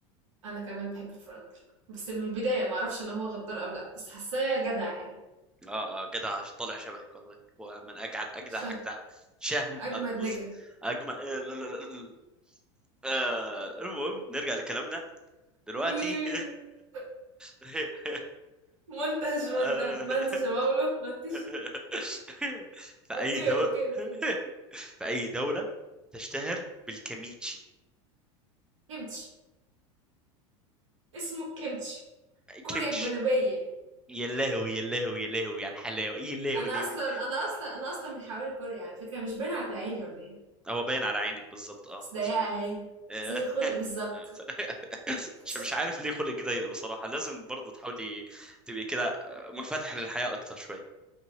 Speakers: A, on the right; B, in the centre.
A: انا كمان بحب فرانك بس من البدايه ما اعرفش ان هو غدار او لا بس حاساه جدع يعني
B: اه اه جدع طالع شبهك والله هو من اجعد اجدع
A: شه
B: اجدع شهم
A: اجمد
B: اجبز
A: نجا
B: اجمل آه لا- لا- لا- لا. آه، المهم نرجع لكلامنا دلوقتي
A: <laughs>
B: <laughs>
A: منتج منتج
B: آه،
A: منتج يا مولو منتج
B: <laughs> في
A: اوكي
B: اي دولة
A: اوكي اوكي
B: في اي دولة تشتهر بالكيميتشي
A: كيمتشي اسمه كيمتشي كوريا
B: كيمتشي
A: الجنوبيه
B: يا لهوي يا لهوي يا لهوي على الحلاوة يا لهوي
A: انا
B: يا لهوي.
A: اصلا انا اصلا انا اصلا من حواري كوريا على فكره مش باينه على عيني ولا ايه
B: هو باين على عينك بالظبط اه
A: بس ضيقه
B: مظبوط
A: اهي
B: آه.
A: زي خلقي بالظبط
B: <laughs>
A: <laughs>
B: مش مش عارف ليه خلق ضيق بصراحة لازم برضه تحاولي تبقي كده آه، منفتح للحياة أكتر شوية